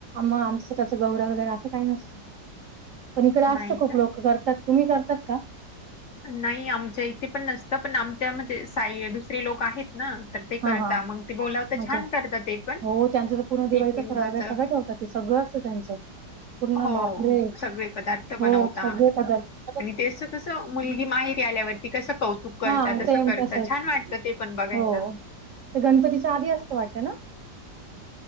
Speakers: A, on the right; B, on the left.
A: म आमचं त्याचं गौरा वगैरे असं काही नसतं पण इकडे असत
B: नाही
A: खूप
B: का?
A: लोक करतात, तुम्ही करतात का?
B: नाही, आमच्या इथे पण नसतं. पण आमच्या म्हणजे साई दुसरे लोक आहेत. ना तर ते करता.
A: हा हा
B: मग ते बोलावता.
A: अच्छा
B: छान करता ते पण.
A: हो त्यांचं तर पूर्ण दिवाळीचा
B: तीन दिवसाच.
A: फराळ वगैरे सगळं ठेवतात ते सगळं असंत त्यांचं. पूर्ण,
B: हो
A: बापरे!
B: सगळे पदार्थ बनवता
A: हो सगळे पदार्थ
B: आणि ते असं कसं मुलगी माहेरी आल्यावरती कसं कौतुक करता?
A: हा
B: तसं
A: सेम
B: करता,
A: तसंच
B: छान वाटतं ते पण बघायला.
A: हो. ते गणपतीच्या आधी असत वाटते ना?